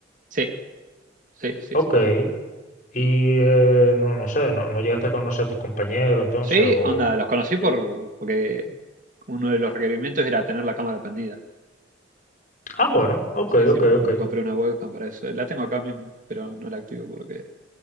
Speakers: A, on the right; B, on the left.
A: Sí, sí, sí,
B: Ok.
A: sí.
B: Y eh, no, no sé, no, no llegaste a conocer a tus compañeros entonces
A: Sí,
B: o...
A: onda, los conocí por,
B: Sí.
A: porque uno de los requerimientos era tener la cámara prendida.
B: Ah, bueno, ok,
A: Sí, sí,
B: ok,
A: me,
B: ok.
A: me compré una webcam para eso. La tengo acá mismo, pero no la activo porque,